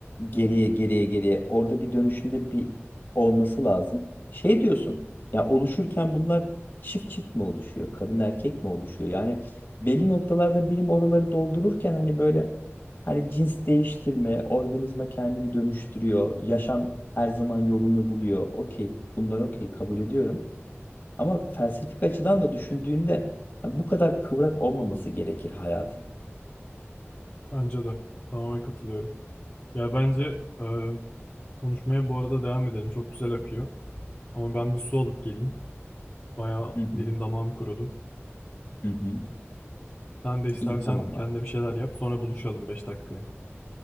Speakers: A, on the left; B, on the left.
A: geriye geriye geriye orada bir dönüşünde bir olması lazım. Şey diyorsun ya oluşurken bunlar çift çift mi oluşuyor? Kadın erkek mi oluşuyor? Yani belli noktalarda bilim oraları doldururken hani böyle hani cins değiştirme, organizma kendini dönüştürüyor, yaşam her zaman yolunu buluyor. Okey, bunlar okey kabul ediyorum. Ama felsefik açıdan da düşündüğünde hani bu kadar kıvrak olmaması gerekir hayatın.
B: Bence de. Tamamen katılıyorum. Ya bence e, konuşmaya bu arada devam edelim. Çok güzel akıyor. Ama ben bir su alıp geleyim. Bayağı
A: Hı hı,
B: dilim damağım kurudu.
A: hı hı.
B: Sen de istersen
A: İyi tamam
B: kendine
A: abi.
B: bir şeyler yap. Sonra buluşalım 5 dakikaya.